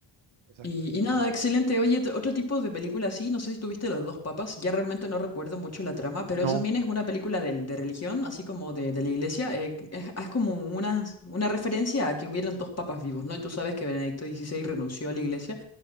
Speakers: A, on the right; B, on the left.
A: Exacto,
B: Y, y nada,
A: sí.
B: excelente. Oye, t- otro tipo de película así, no sé si tuviste Los dos papas, ya realmente no recuerdo mucho la trama,
A: No.
B: pero eso también es una película del- de, religión, así como de, de la iglesia. eh, es, es como una, una referencia a que hubieran dos papas vivos, ¿no? Y tú sabes que Benedicto XVI renunció a la iglesia